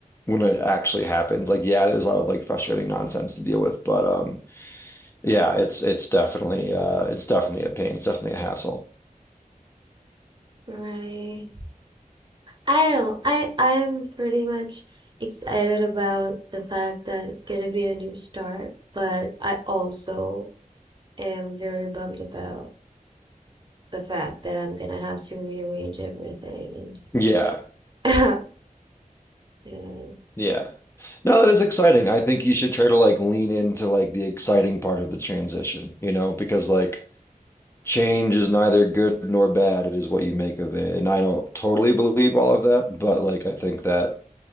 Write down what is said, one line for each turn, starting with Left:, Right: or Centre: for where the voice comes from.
Left: when it actually happens. Like, yeah, there's a lot of like frustrating nonsense to deal with, but um. Yeah, it's it's definitely uh it's definitely a pain. It's definitely a hassle.
Right: right. I don't I I'm pretty much excited about the fact that it's gonna be a new start, but I also am very bummed about the fact that I'm gonna have to rearrange everything
Left: Yeah.
Right: and <laughs> yeah,
Left: Yeah. No, that is exciting. I think you should try to like lean into like the exciting part of the transition, you know, because like change is neither good nor bad. It is what you make of it. And I don't totally believe all of that, but like I think that